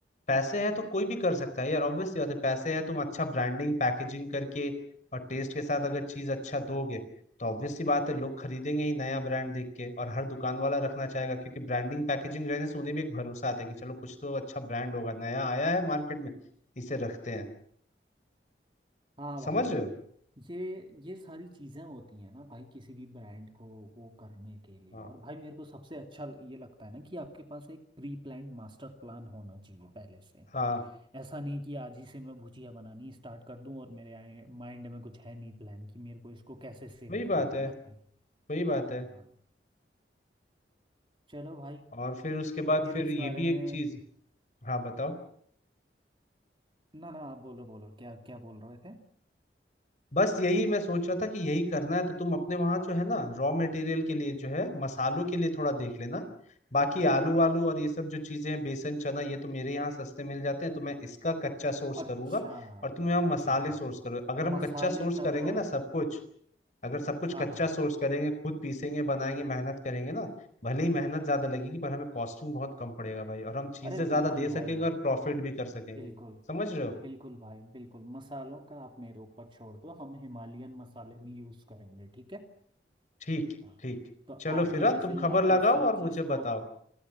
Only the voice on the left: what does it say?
पैसे हैं तो कोई भी कर सकता है यार ऑब्वियस सी बात है पैसे हैं तुम अच्छा ब्रांडिंग पैकेजिंग करके और टेस्ट के साथ अगर चीज अच्छा दोगे तो ऑब्वियस सी बात है लोग खरीदेंगे ही नया ब्रांड देख के और हर दुकान वाला रखना चाहेगा क्योंकि ब्रांडिंग पैकेजिंग रहने से उन्हें भी एक भरोसा आता है कि चलो कुछ तो अच्छा ब्रांड होगा नया आया है मार्केट में इसे रखते हैं
समझ रहे हो
हाँ
हाँ
वही
बात
है
वही बात है
और फिर उसके बाद
फिर
ये
भी
एक चीज हाँ बताओ
बस यही मैं सोच रहा था कि यही करना है तो तुम अपने वहां जो है ना रॉ मटेरियल के लिए जो है मसालों के लिए थोड़ा देख लेना बाकी आलू वालू और ये सब जो चीजें हैं बेसन चना ये तो मेरे यहाँ सस्ते मिल जाते हैं तो मैं इसका कच्चा सोर्स करूंगा
और तुम यहाँ मसाले
सोर्स करो अगर हम
कच्चा सोर्स
करेंगे
ना सब कुछ अगर सब कुछ
कच्चा
सोर्स करेंगे खुद पीसेंगे बनाएंगे मेहनत करेंगे ना भले ही मेहनत ज्यादा लगेगी पर हमें कॉस्टिंग बहुत कम पड़ेगा भाई और हम चीजें
ज्यादा
दे
सकेंगे और प्रॉफिट भी कर सकेंगे
समझ रहे हो
ठीक
ठीक
चलो
फिर हाँ,
तुम
खबर
लगाओ
और
मुझे
बताओ